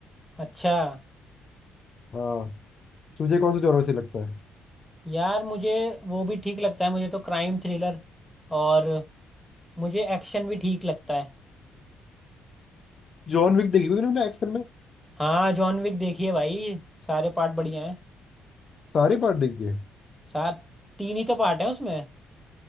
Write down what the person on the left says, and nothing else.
हाँ तुझे कौन सा जॉनर से लगता है
जॉन विक देखी क्योंकि मैंने एक्शन में
सारे पार्ट देख दिए